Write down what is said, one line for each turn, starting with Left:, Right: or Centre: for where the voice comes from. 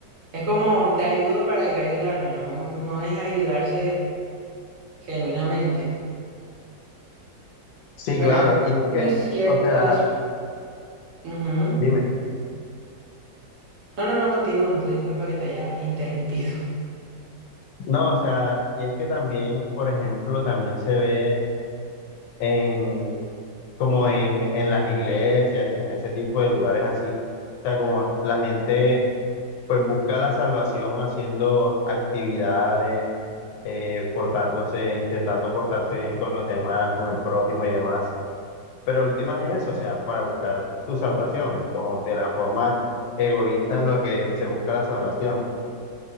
Right: es como te ayudo para yo ayudarme, no, no es ayudarse genuinamente,
Left: Sí,
Right: pero
Left: claro,
Right: es
Left: y es
Right: muy
Left: que...
Right: cierto
Left: O sea,
Right: eso. Ujú.
Left: Dime.
Right: No, no, no, continúa, tú disculpa que te haya interrumpido. <laughs>
Left: No, o sea, y es que también, por ejemplo, también se ve en, como en, en las iglesias y en ese tipo de lugares así. O sea, como la gente pues busca la salvación haciendo actividades, eh, portándose, intentando portarse bien con los demás, con el prójimo y demás. Pero lo último es eso, o sea, para buscar su salvación, como de la forma egoísta en lo que se busca la salvación.